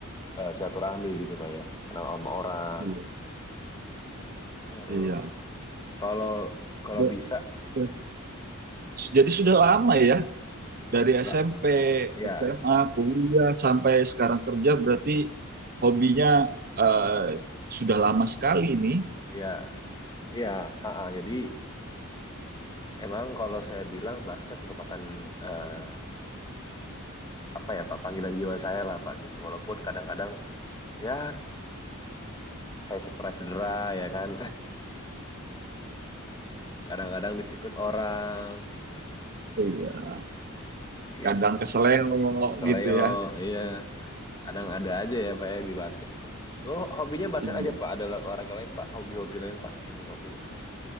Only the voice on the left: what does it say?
eh, silaturahmi gitu Pak ya kenal sama orang
aduh
kalau kalau
bisa
Pak ya
ya ya ha, ha. jadi emang kalau saya bilang basket merupakan eh, apa ya Pak panggilan jiwa saya lah Pak gitu walaupun kadang-kadang ya saya pernah cedera ya kan <laughs> kadang-kadang disikut orang gitu kan
gitu
seleo
iya kadang ada aja ya pak ya di basket itu lo hobinya basket
aja pak ada olahraga lain pak hobi-hobi lain pak yang bapak punya